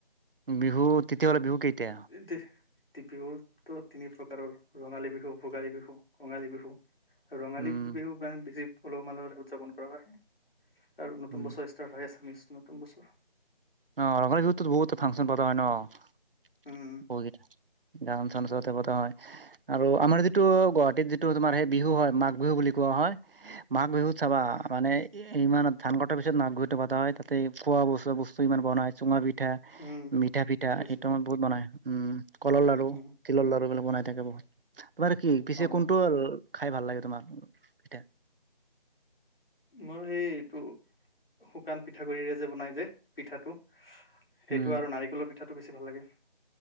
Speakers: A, on the right (about 70°); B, on the left (about 75°).
A: বিহু, তেতিয়াহ'লে বিহু কেইটা?
B: দে বিহুতো তিনি প্ৰকাৰৰ ৰঙালী বিহু, ভোগালী বিহু, কঙালী বিহু। ৰঙালী
A: উম,
B: বিহু মানে বেছি উলহ-মালহৰে উদযাপন কৰা হয় আৰু নতুন
A: উম।
B: বছৰ ষ্টাৰ্ট হয় আছামিছ নতুন বছৰ।
A: অ, ৰঙালী বিহুতো বহুতে ফাংচন পতা হয় ন।
B: উম'
A: ক গান-চান আচলতে পতা হয়। আৰু আমাৰ যিটো গুৱাহাটীত যিটো তোমাৰ সেই বিহু হয়, মাঘ বিহু বুলি কোৱা হয়। মাঘ বিহুত চাবা মানে ইমান ধান কটাৰ পিছত মাঘ বিহুতো পাতা হয়। তাতে খোৱা বস্তু-বস্তু ইমান বনাই চুঙা পিঠা,
B: উম
A: মিঠা পিঠা সেইটো
B: চিঠা
A: টাইমত বহুত বনাই। উম' নাৰিকলৰ লাৰু
B: উম
A: তিলৰ লাৰুবিলাক বনাই থাকে বহুত। তোমাৰ কি পিছে
B: অ
A: কোনটো আৰু খাই ভাল লাগে তোমাৰ? পিঠা?
B: মোৰ সেইটো শুকান পিঠাগুড়িৰে যে বনাই যে পিঠাটো সেইটো
A: উম,
B: আৰু নাৰিকলৰ পিঠাটো বেছি ভাল লাগে।